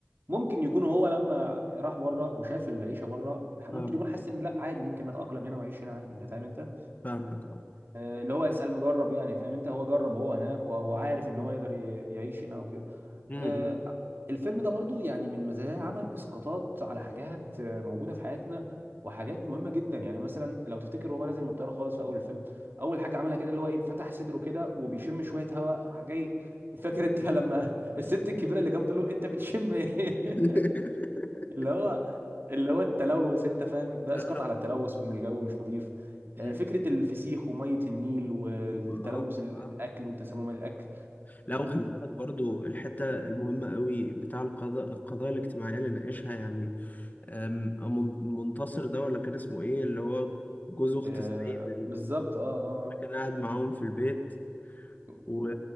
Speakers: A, on the right; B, on the left.
A: ممكن يكون هو لما راح بره وشاف العيشه بره ممكن
B: اه
A: يكون حاسس ان لا عادي ممكن اتاقلم هنا واعيش هنا عادي انت فاهم انت
B: فاهمك اه
A: آه، اللي هو اسال مجرب يعني فاهم انت هو جرب هو هناك وهو عارف ان
B: مم.
A: هو يقدر ي- يعيش هنا وكده
B: آه،
A: آه، الفيلم ده برضو يعني من مزاياه عمل اسقاطات على حاجات آه، موجوده في حياتنا وحاجات مهمه جدا يعني مثلا لو تفتكر وهو نازل من الطياره خالص في اول الفيلم اول حاجه عملها كده اللي هو ايه فتح صدره كده وبيشم شويه هواء راح جاي <laughs> فاكر انت لما <laughs> الست الكبيره اللي جنبه تقول له انت بتشم ايه
B: <laughs>
A: <laughs> اللي هو اللي هو التلوث انت فاهم ده
B: آه.
A: اسقاط على التلوث وان الجو مش نظيف آه،
B: مم.
A: فكره الفسيخ وميه النيل والتلوث
B: والله
A: الاكل
B: آه.
A: وتسمم الاكل
B: لا وخلي بالك برضو الحتة المهمة قوي بتاع القضاء القضايا الاجتماعية اللي ناقشها يعني أم، من- منتصر ده ولا كان اسمه ايه اللي هو جوز اخت
A: آه
B: سعيد اللي
A: بالظبط اه اه
B: كان قاعد معاهم في البيت
A: اه
B: و